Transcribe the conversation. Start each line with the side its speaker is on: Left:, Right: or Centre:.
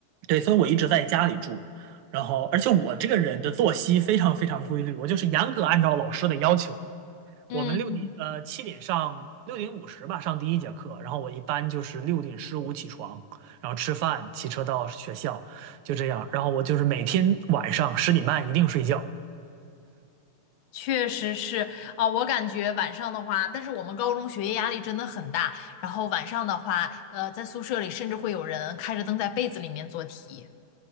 Right: 对，所以我一直在家里住，然后而且我这个人的作息非常非常规律，我就是严格按照老师的要求。
Left: 嗯，
Right: 我们六点呃七点上六点五十吧上第一节课，然后我一般就是六点十五起床，然后吃饭，骑车到学校，就这样。然后我就是每天晚上十点半一定睡觉
Left: 确实是啊，我感觉晚上的话，但是我们高中学业压力真的很大，然后晚上的话，呃，在宿舍里甚至会有人开着灯在被子里面做题。